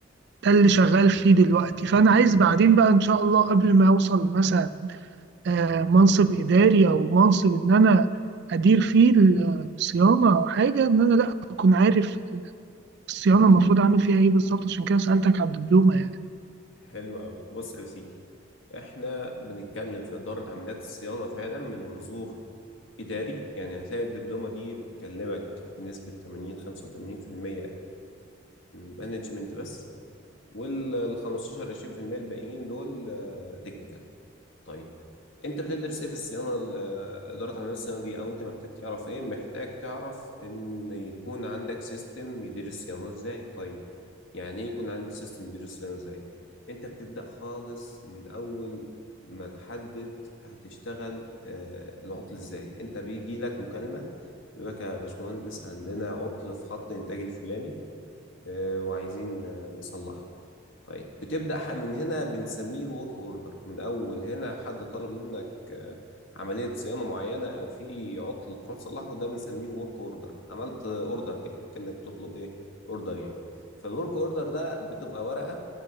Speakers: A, on the right; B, on the left.
A: ده اللي شغال فيه دلوقتي فانا عايز بعدين بقى ان شاء الله قبل ما اوصل مثلا آه، منصب اداري او منصب ان انا ادير فيه الصيانه او حاجه ان انا لا اكون عارف الصيانه المفروض اعمل فيها ايه بالظبط عشان كده سالتك على الدبلومه يعني
B: حلو قوي بص يا سيدي احنا بنتكلم في اداره عمليات الصيانه فعلا من منظور اداري يعني هتلاقي الدبلومه دي بتكلمك بنسبه 80 85% مانجمنت بس وال 15 20% الباقيين دول تكنيكال طيب انت بتدرس ايه في الصيانه ال- آه، اداره عمليه الصيانه دي او انت محتاج تعرف ايه محتاج تعرف ان يكون عندك سيستم يدير الصيانه ازاي طيب يعني ايه يكون عندي سيستم يدير الصيانه ازاي انت بتبدا خالص من اول ما تحدد هتشتغل آه، العطل ازاي انت بيجي لك مكالمه بيقول لك يا باشمهندس عندنا عطل في خط الانتاج الفلاني آه، وعايزين آه، نصلحه طيب بتبدأ ح- من هنا بنسميه ورك اوردر من اول هنا حد طلب منك آه، عملية صيانة معينة او في عطل تروح تصلحه ده بنسميه ورك اوردر عملت اوردر كده كأنك بتطلب ايه اوردر يعني فالورك اوردر ده بتبقى ورقة